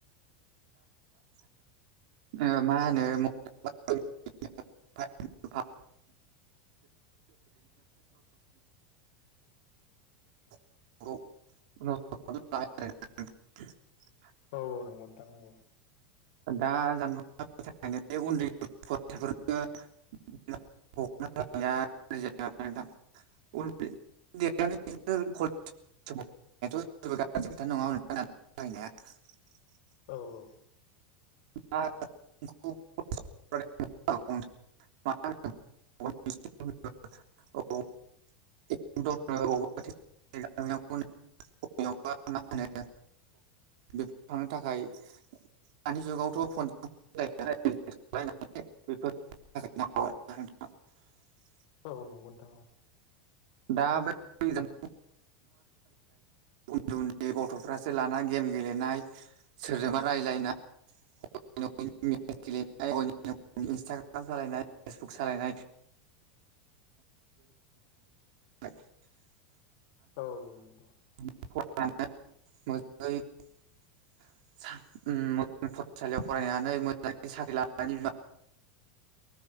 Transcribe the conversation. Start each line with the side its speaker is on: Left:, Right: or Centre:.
Right: <unintelligible> ओ मा होनो <unintelligible> <unintelligible>
Left: औ औ नंगौ नोंथां नंगौ।
Right: दा जान थाख <unintelligible> <unintelligible> <unintelligible> <unintelligible> नायाथ' जेबो गाज्रि खोथा नङा <unintelligible> बाहायनाया
Left: औ औ
Right: <unintelligible> <unintelligible> <unintelligible> बबेयाव बा मा होनो बेफ थांनो थाखाय दानि जुगावथ' फन <unintelligible> <unintelligible>
Left: औ नंगौ नोंथां औ
Right: दा <unintelligible> उन्दै उन्दै गथ'फ्रासो लाना गेम गेलेनाय सोरजोंबा रायज्लायनाय <inaudible> <unintelligible> इन्सटाग्राम सालायनाय फेसबुक सालायनाय <unintelligible> <unintelligible>
Left: औ नंगौ
Right: <unintelligible> ओम <unintelligible> सालियाव फरायनानै मोजाङै साख्रि लानायानानै बिमा